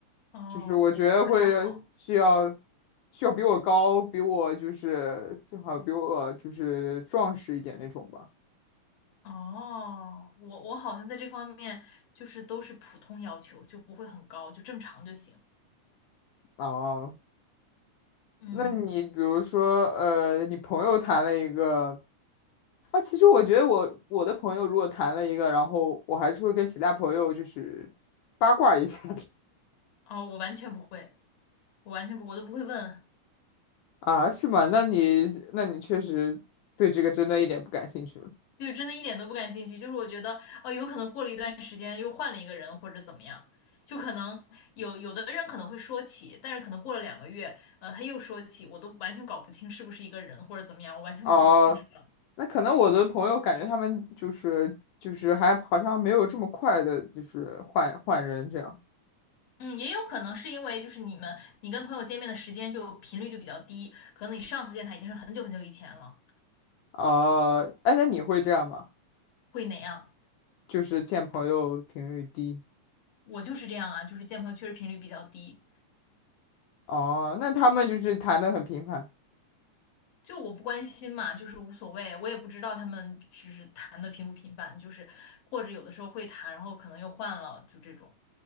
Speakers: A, on the left; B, on the left.
A: 哦，
B: 就是我觉得会需要
A: 我我还好。
B: 需要比我高，比我就是最好比我就是壮实一点那种吧。
A: 哦，我我好像在这方面就是都是普通要求，就不会很高，就正常就行。
B: 哦，
A: 嗯，
B: 那你比如说呃，你朋友谈了一个啊，其实我觉得我我的朋友如果谈了一个，然后我还是会跟其他朋友就是八卦一下的。
A: 哦，我完全不会，我完全不，我都不会问，
B: 啊，是吗？那你那你确实对这个真的一点不感兴趣了。
A: 就真的一点都不感兴趣。就是我觉得，哦，有可能过了一段时间又换了一个人或者怎么样，就可能有有的人可能会说起，但是可能过了两个月，呃，他又说起，我都完全搞不清是不是一个人或者怎么样，我完全不不知道。
B: 哦，那可能我的朋友感觉他们就是就是还好像没有这么快的，就是换换人这样。
A: 嗯，也有可能是因为就是你们你跟朋友见面的时间就频率就比较低，可能你上次见他已经是很久很久以前了，
B: 哦，哎，那你会这样吗？
A: 会哪样？
B: 就是见朋友频率低。
A: 我就是这样啊，就是见朋友确实频率比较低，
B: 哦，那他们就是谈的很频繁。
A: 就我不关心嘛，就是无所谓，我也不知道他们就是谈的频不频繁，就是或者有的时候会谈，然后可能又换了，就这种